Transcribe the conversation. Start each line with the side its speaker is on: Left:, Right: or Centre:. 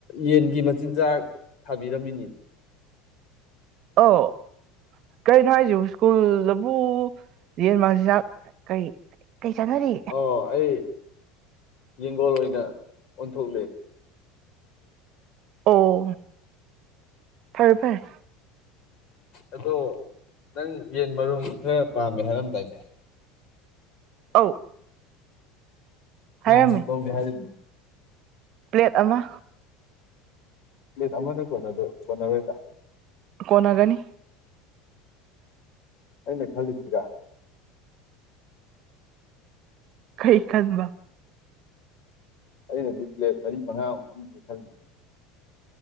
Left: ꯌꯦꯟꯒꯤ ꯃꯆꯤꯟꯖꯥꯛ ꯊꯥꯕꯤꯔꯝꯃꯤꯅꯤ
Right: ꯑꯣ ꯀꯩꯅꯣ ꯍꯥꯏꯁꯤꯕꯨ ꯁ꯭ꯀꯨꯜ ꯕꯨ ꯌꯦꯟ ꯃꯥꯡꯆꯤꯟꯖꯥꯛ ꯀꯔꯤ ꯀꯔꯤ ꯆꯥꯟꯅꯔꯤ
Left: ꯑꯣ ꯑꯩ ꯌꯦꯡꯒꯣꯟ ꯑꯣꯏꯅ ꯑꯣꯟꯊꯣꯛꯂꯦ
Right: ꯑꯣ ꯐꯔꯦ ꯐꯔꯦ
Left: ꯑꯗꯣ ꯅꯪ ꯌꯦꯟ ꯃꯔꯨꯝ ꯈꯔ ꯄꯥꯝꯃꯦ ꯍꯥꯏꯔꯝꯗꯥꯏꯅꯦ
Right: ꯑꯥꯎ
Left: ꯀꯌꯥꯃꯨꯛ
Right: ꯍꯥꯏꯔꯝꯃꯦ
Left: ꯂꯧꯒꯦ ꯍꯥꯏꯔꯤꯅꯣ
Right: ꯄ꯭ꯂꯦꯠ ꯑꯃ
Left: ꯄꯂꯦꯠ ꯑꯃꯅ ꯀꯣꯟꯅ ꯀꯣꯟꯅꯔꯣꯢꯗꯔ
Right: ꯀꯣꯟꯅꯒꯅꯤ
Left: ꯑꯩꯅ ꯈꯜꯂꯤꯁꯤꯒ
Right: ꯀꯩ ꯈꯥꯟꯕ
Left: ꯑꯩꯅꯗꯤ ꯄ꯭ꯂꯦꯠ ꯃꯔꯤ ꯃꯉꯥꯃꯨꯛ ꯄꯤꯒꯦ ꯈꯜꯂꯤ